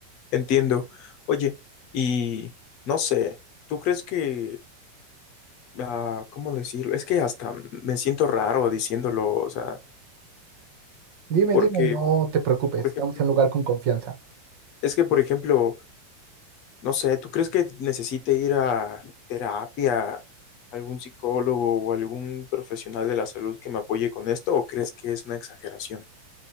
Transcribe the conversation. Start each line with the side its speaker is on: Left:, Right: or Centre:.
Left: Entiendo. Oye, y no sé, ¿tú crees que, ah, ¿cómo decirlo? Es que hasta me siento raro diciéndolo, o sea,
Right: Dime,
Left: porque,
Right: dime, no te preocupes,
Left: por
Right: estamos
Left: ejemplo,
Right: en un lugar con confianza.
Left: es que, por ejemplo, No sé, ¿tú crees que necesite ir a terapia, algún psicólogo o algún profesional de la salud que me apoye con esto o crees que es una exageración?